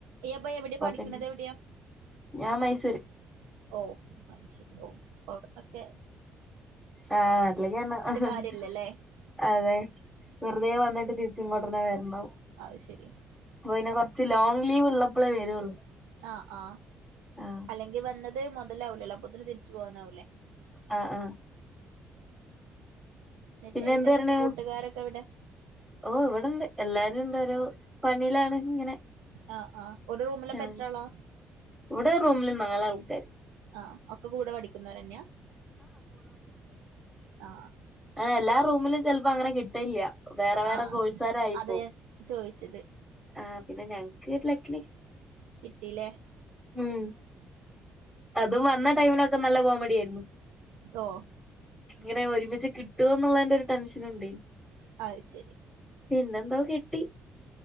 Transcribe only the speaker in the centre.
പിന്നെ
ഞാൻ മൈസൂര്
ആ <unintelligible>
അതെ വെറുതെ വന്നിട്ട് തിരിച് ച്ച് ങ്ങോട്ടെന്നെ വരണം
അപ്പൊ പിന്നെ കൊറച്ച് ലോങ് ലീവ് ഉള്ളപ്പളേ വരുള്ളൂ
ആഹ്
ആ ആ
പിന്നെ
എന്ത് പറയാണോ
ഓ ഇവിടെണ്ട് എല്ലാരും ഓരോ പണിയിലാണ് ഇങ്ങനെ
ആഹ് ഇവിടെ റൂമില് നാലാൾക്കാാര്
ആ എല്ലാ റൂമിലും ചെലപ്പോ അങ്ങനെ കിട്ടയില്ല വേറെ വേറെ
കോഴസാരായിപ്പോ
ആ പിന്നെ ഞങ്ങക്ക് ലക്കിന്
ഉം അതും വന്ന ടൈമിലൊക്കെ നല്ല കോമഡി ആയിരുന്നു
ഇങ്ങനെ ഒരുമിച്ച് കിട്ടുവന്നുള്ളതിന്റെ ഒരു ടെൻഷനൂണ്ടേയ്
പിന്നെന്തോ കിട്ടി